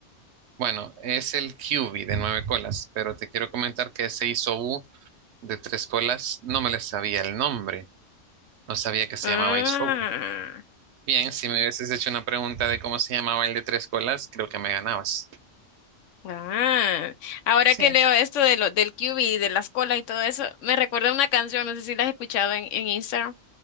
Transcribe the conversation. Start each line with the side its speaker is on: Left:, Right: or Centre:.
Right: Bueno, es el QB de nueve colas, pero te quiero comentar que ese Isobu de tres colas no me le sabía el nombre, no sabía que se
Left: Ah,
Right: llamaba Isobu. Bien, si me hubieses hecho una pregunta de cómo se llamaba el de tres colas, creo que me ganabas.
Left: ah. Ahora
Right: Sí.
Left: que leo esto de lo, del QB y de las colas y todo eso, me recuerda una canción, no sé si la has escuchado en, en Instagram,